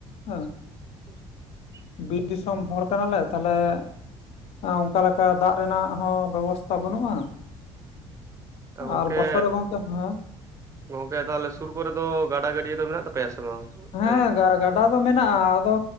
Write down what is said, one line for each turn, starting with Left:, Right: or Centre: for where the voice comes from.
Left: ᱦᱟᱹ᱾
Right: <unintelligible>
Left: ᱵᱤᱨ ᱫᱤᱥᱚᱢ ᱦᱚᱲ ᱠᱟᱱᱟᱞᱮ ᱛᱟᱦᱚᱞᱮ ᱮᱸ ᱚᱱᱠᱟ ᱞᱮᱠᱟ ᱚᱱᱠᱟ ᱫᱟᱜ ᱨᱮᱱᱟᱜ ᱦᱚᱸ ᱵᱮᱵᱚᱥᱛᱟ ᱵᱟᱹᱱᱩᱜᱼᱟ?
Right: ᱛᱚ ᱜᱚᱝᱠᱮ
Left: ᱟᱨ ᱵᱚᱥᱚᱨ ᱨᱮ ᱜᱚᱝᱠᱮ ᱦᱮᱸ
Right: ᱜᱚᱝᱠᱮ ᱛᱟᱦᱚᱞᱮ ᱥᱩᱨ ᱠᱚᱨᱮ ᱫᱚ ᱜᱟᱰᱟ ᱜᱟᱹᱰᱭᱟᱹ ᱫᱚ ᱢᱮᱱᱟᱜ ᱛᱟᱯᱮᱭᱟ ᱥᱮ ᱵᱟᱝ? ᱢᱤᱫᱴᱮᱱ
Left: ᱦᱮᱸ ᱜᱟ ᱜᱟᱰᱟ ᱫᱚ ᱢᱮᱱᱟᱜᱼᱟ ᱟᱫᱚ